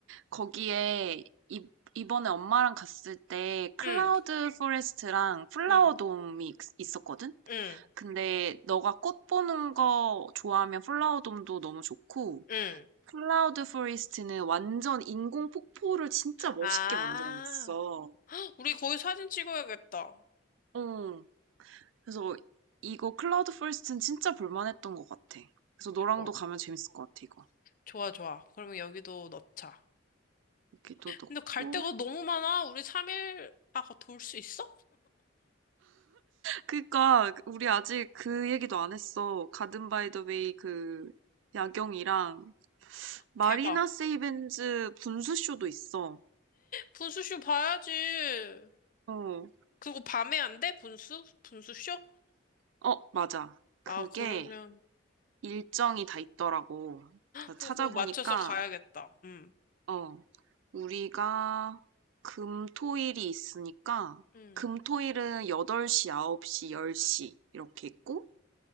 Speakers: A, on the right; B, on the left.
A: 거기에 이, 이번에 엄마랑 갔을 때 클라우드
B: 응,
A: 포레스트랑 플라워
B: 응,
A: 돔이 있- 있었거든?
B: 응,
A: 근데 너가 꽃 보는 거 좋아하면 플라워 돔도 너무 좋고
B: 응.
A: 클라우드 포레스트는 완전 인공 폭포를 진짜 멋있게
B: 아,
A: 만들어놨어.
B: <gasps> 헉, 우리 거기 사진 찍어야겠다.
A: 어. 그래서 이거 클라우드 포레스트는 진짜 볼만했던 것 같아. 그래서 너랑도
B: 좋아.
A: 가면 재밌을 것 같아, 이거.
B: 좋아, 좋아. 그러면 여기도 넣자.
A: 여기도 넣고
B: 근데 갈 데가 너무 많아. 우리 3일 아까 돌 수 있어?
A: 그니까 우리 아직 그 얘기도 안 했어. 가든 바이 더 웨이 그 야경이랑 마리나
B: 대박.
A: 세이벤즈 분수쇼도 있어.
B: 분수쇼 봐야지.
A: 어,
B: 그거 밤에 안 돼? 분수? 분수쇼?
A: 어, 맞아. 그게
B: 아, 그러면.
A: 일정이 다 있더라고. 그래서
B: 그럼
A: 찾아보니까
B: 그거 맞춰서 가야겠다. 응.
A: 어, 우리가 금, 토, 일이 있으니까
B: 응.
A: 금, 토, 일은 8시, 9시, 10시 이렇게 있고